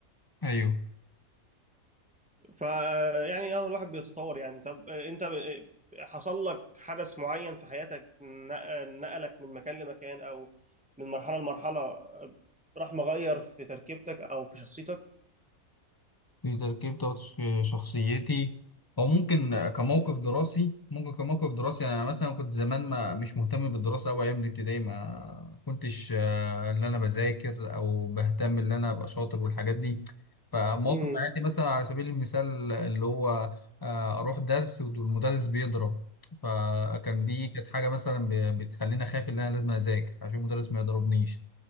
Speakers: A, on the left (about 25°); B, in the centre.
A: ايوه
B: فيعني اه الواحد بيتطور يعني طب آه، انت آه، حصل لك حدث معين في حياتك نق- نقلك من مكان لمكان او من مرحله لمرحله آه، راح مغير في تركيبتك او في شخصيتك
A: في تركيب بتاعت شخصيتي او ممكن كموقف
B: يعني؟
A: دراسي ممكن كموقف دراسي يعني انا مثلا كنت زمان ما مش مهتم بالدراسه أوي ايام الابتدائي ما كنتش آه، اللي انا بذاكر او بهتم ان انا ابقى شاطر والحاجات دي فمواقف
B: امم
A: حياتي مثلا على سبيل المثال اللي هو آه، اروح درس والمدرس بيضرب فكان دي كانت حاجه مثلا ب- بتخليني اخاف ان انا لازم اذاكر عشان المدرس ما يضربنيش